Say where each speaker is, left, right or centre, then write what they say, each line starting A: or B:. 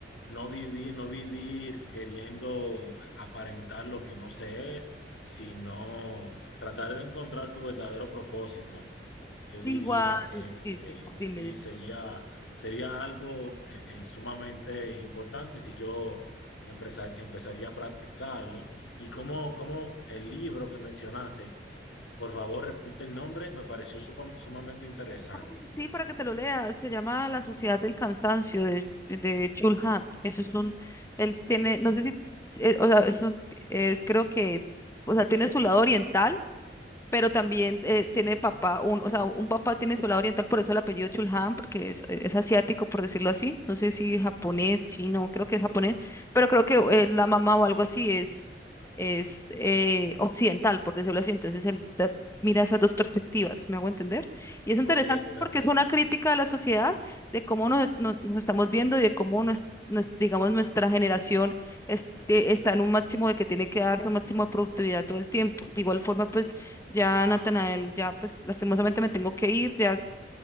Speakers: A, on the left (about 85°); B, on the left (about 15°).
A: No vivir, no vivir queriendo aparentar lo que no se es, sino tratar de encontrar tu verdadero propósito. Yo diría
B: Igual,
A: que,
B: sí,
A: que
B: sí,
A: sí,
B: dime, dime.
A: sería, sería algo eh, eh, sumamente importante si yo empezar- empezaría a practicarlo. Y como, como el libro que mencionaste, por favor, repite el nombre, me pareció supa- sumamente interesante.
B: Oh, Sí, para que te lo leas, se llama La Sociedad del Cansancio de, de Chul Han. Eso es un, él tiene, no sé si, si- eh, o sea, es un- es creo que, o sea, tiene su lado oriental pero también eh, tiene papá, un, o sea, un papá tiene su lado oriental, por eso el apellido Chulhan, porque es, eh, es asiático, por decirlo así. No sé si japonés, chino, creo que es japonés, pero creo que eh, la mamá o algo así es, es eh, occidental, por decirlo así. Entonces él da- mira esas dos perspectivas, ¿me hago entender? Y es interesante
A: Ok, perfecto.
B: porque es una crítica a la sociedad, de cómo nos, nos, nos estamos viendo y de cómo nos, nos- digamos, nuestra generación este, está en un máximo de que tiene que dar su máximo de productividad todo el tiempo. De igual forma, pues ya, Natanael, ya pues lastimosamente me tengo que ir, ya